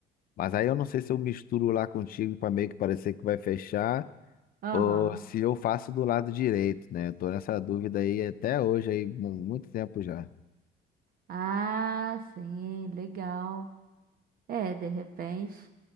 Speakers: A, on the left; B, on the right.
A: Mas aí eu não sei se eu misturo lá com o tigre para meio que parecer que vai fechar,
B: aham.
A: ou se eu faço do lado direito, né? Eu tô nessa dúvida aí até hoje, aí, mu- muito tempo já.
B: Ah, sim, legal. É, de repente.